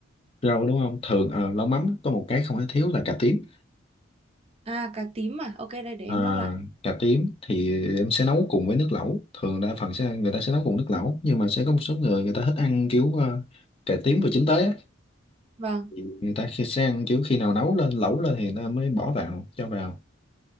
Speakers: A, on the left (about 30°); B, on the right (about 30°).
A: rau đúng không thường ờ, lẩu mắm có một cái không thể thiếu là cà tím
B: À cà tím à? Ok đây để
A: à,
B: em nốt lại.
A: cà tím thì em sẽ nấu cùng với nước lẩu thường đa phần sẽ người ta sẽ nấu cùng nước lẩu nhưng mà sẽ có một số người người ta thích ăn kiểu ờ, cà tím vừa chín tới á.
B: Vâng.
A: Thì người ta khi sẽ ăn kiểu khi nào nấu lên lẩu lên thì người ta mới bỏ vào cho vào